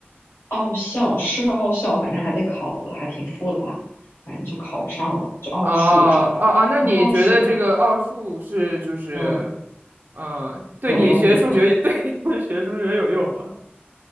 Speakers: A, on the left; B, on the right.
A: 奥校，是奥校，反正还得考的，还挺复杂，反正就考上了，就奥数，
B: 哦哦哦，
A: 知道吧？
B: 那你觉得这个奥数是就是，
A: 然后奥数，嗯，
B: 嗯，对你学数学
A: 有用吗？
B: <laughs> 对学数学有用吗？